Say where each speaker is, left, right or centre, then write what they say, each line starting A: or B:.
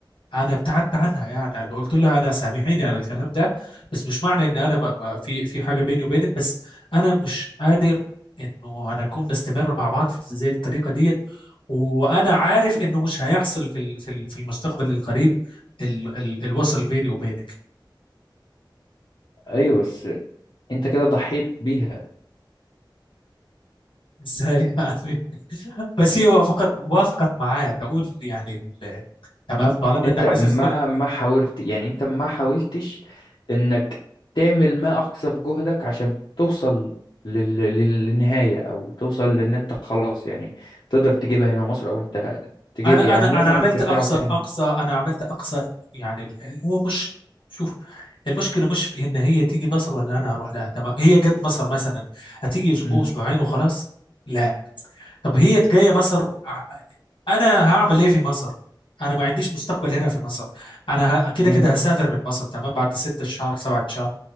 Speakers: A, on the left; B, on the left.
A: أنا ابتعدت عنها يعني أنا قلت لها أنا سامحيني على الكلام ده بس مش معنى إن أنا ما- ما- في في حاجة بيني وبينك بس أنا مش قادر إنه أنا أكون نستمر مع بعض في زي الطريقة ديت وأنا عارف إنه مش هيحصل في ال- في ال- في المستقبل القريب ال- ال- الوصل بيني وبينك
B: ايوه بس انت كده ضحيت بيها
A: ازاي يعني <laughs> بس هي وافقت وافقت معايا تقول يعني ال- تمام طالما
B: انت
A: انت حاسس
B: ما
A: كده
B: ما حاولت يعني انت ما حاولتش انك تعمل ما اقصى في جهدك عشان توصل لل... لل- للنهاية او توصل لان انت خلاص يعني تقدر تجيبها هنا مصر او انت تجيب
A: انا
B: يعني عموما
A: انا انا عملت
B: ترجعوا
A: اقصى
B: تاني
A: اقصى انا عملت اقصى يعني ال- هو مش شوف المشكله مش في ان هي تيجي مصر ولا انا اروح لها تمام هي جت مصر مثلا هتيجي اسبوع
B: مم.
A: اسبوعين وخلاص لا طب هي جايه مصر ع- انا هعمل ايه في مصر انا ما عنديش مستقبل هنا في مصر انا ه- كده
B: مم.
A: كده هسافر من مصر تمام بعد ستة شهر سبعة شهر